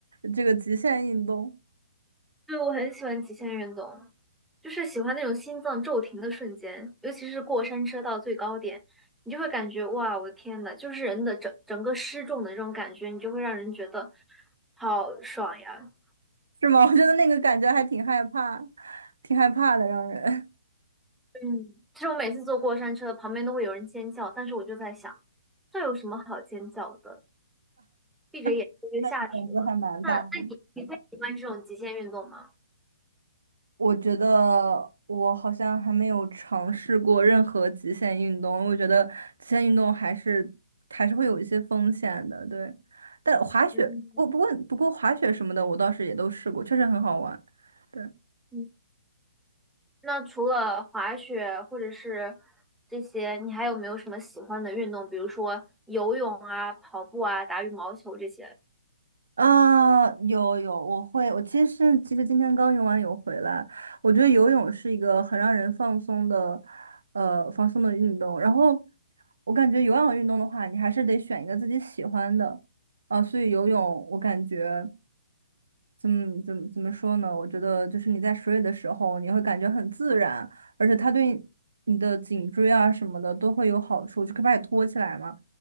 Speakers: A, on the right (about 75°); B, in the centre.
A: 这个极限运动。
B: 对，我很喜欢极限运动，就是喜欢那种心脏骤停的瞬间，尤其是过山车到最高点，你就会感觉哇，我的天呐，就是人的整整个失重的这种感觉，你就会让人觉得好爽呀。
A: 是吗？<laughs> 我觉得那个感觉还挺害怕，挺害怕的，让人
B: 嗯，其实我每次坐过山车，旁边都会有人尖叫，但是我就在想，这有什么好尖叫的？闭着眼睛就下去了。
A: <laughs> 那个胆子还蛮大的。
B: 那那你你会喜欢这种极限运动吗？
A: 我觉得我好像还没有尝试过任何极限运动，我觉得极限运动还是还是会有一些风险的，对。但滑雪，
B: 嗯
A: 不过不过不过滑雪什么的，我倒是也都试过，确实很好玩。对。
B: 嗯，那除了滑雪或者是这些，你还有没有什么喜欢的运动？比如说游泳啊、跑步啊、打羽毛球这些。
A: 啊，有有，我会，我其实其实今天刚游完泳回来，我觉得游泳是一个很让人放松的，呃，放松的运动。然后我感觉有氧运动的话，你还是得选一个自己喜欢的，啊，所以游泳我感觉。怎么怎么怎么说呢？我觉得就是你在水里的时候，你会感觉很自然，而且它对你的颈椎啊什么的都会有好处，就可以把你托起来嘛。